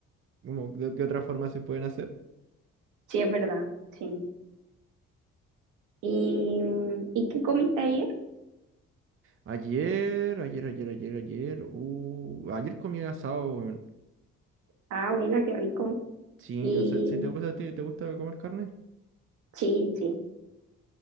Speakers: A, on the right (about 45°); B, on the right (about 80°).
A: como de qué otra forma se pueden hacer.
B: Sí, es verdad, sí. ¿Y, ¿y qué comiste ayer?
A: Ayer, ayer, ayer, ayer, ayer. Uh, ayer comí asado, weón.
B: Ah, buena, qué rico.
A: Sí,
B: Y
A: no sé, si te gusta a ti, ¿te gusta comer carne?
B: sí, sí,